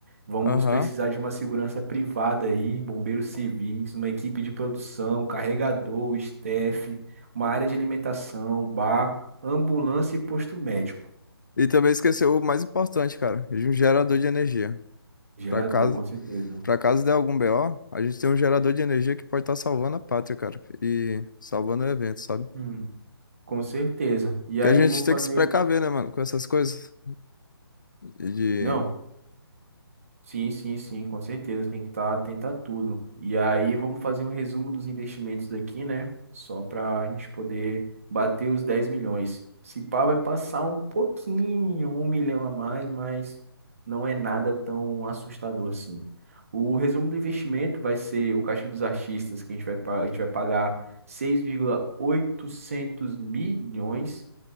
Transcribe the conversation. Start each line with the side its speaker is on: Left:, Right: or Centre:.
Right: Vamos
Left: Aham.
Right: precisar de uma segurança privada aí, bombeiros civis, uma equipe de produção, carregador, staff, uma área de alimentação, bar, ambulância e posto médico.
Left: E também esqueceu o mais importante, cara, de um gerador de energia.
Right: Gerador,
Left: Pra caso,
Right: com certeza.
Left: pra caso der algum BO, a gente tem um gerador de energia que pode estar salvando a pátria, cara, e salvando o evento, sabe?
Right: Hum, com certeza. E
Left: Que
Right: aí
Left: a gente
Right: vou fazer.
Left: tem que se precaver, né, mano, com essas coisas. De
Right: Não, sim, sim, sim, com certeza. Tem que estar atento a tudo. E aí vamos fazer um resumo dos investimentos aqui, né? Só para a gente poder bater os 10 milhões. Se pá, vai passar um pouquinho, um milhão a mais, mas não é nada tão assustador assim. O resumo do investimento vai ser o caixa dos artistas, que a gente vai, pa- a gente vai pagar seis vírgula oitocentos milhões